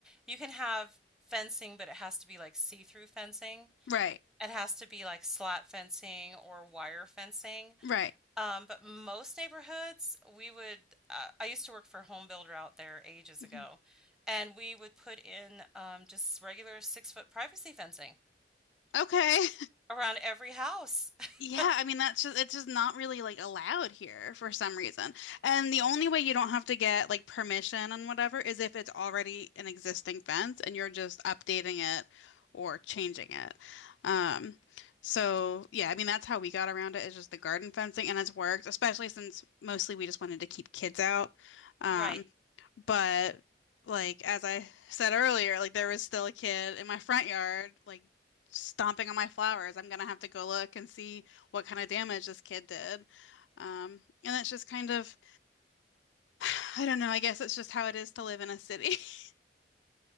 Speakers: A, in the centre; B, on the left.
A: you can have fencing, but it has to be like see-through fencing.
B: Right.
A: It has to be like slat fencing or wire fencing.
B: Right.
A: Um, but most neighborhoods, we would. Uh, I used to work for a home builder out there ages
B: Mhm.
A: ago, and we would put in um, just regular six foot privacy fencing
B: Okay.
A: around every house. <laughs>
B: Yeah, I mean that's just it's just not really like allowed here for some reason. And the only way you don't have to get like permission and whatever is if it's already an existing fence and you're just updating it or changing it. Um so yeah, I mean that's how we got around it is just the garden fencing and it's worked, especially since mostly we just wanted to keep kids out. Um
A: Right.
B: but like as I said earlier, like there was still a kid in my front yard like stomping on my flowers. I'm gonna have to go look and see what kind of damage this kid did. Um, and that's just kind of, <sighs> I don't know, I guess it's just how it is to live in a city. <laughs>